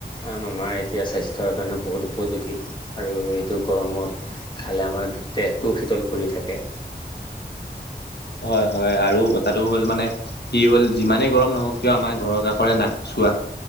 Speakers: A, on the left; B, on the left.
A: আম আমাৰ এতিয়া স্বাস্থ্যৰ কাৰণে বহুত উপযোগী আৰু এইটো গৰমত খালে আমাৰ- দেহটোও শীতল পৰি থাকে-
B: হয় হয় আৰু কথাটো হ'ল মানে কি হ'ল যিমানে- গৰম নহওক কিয় আমাৰ ঘৰৰ কাষৰে নাকচোৱা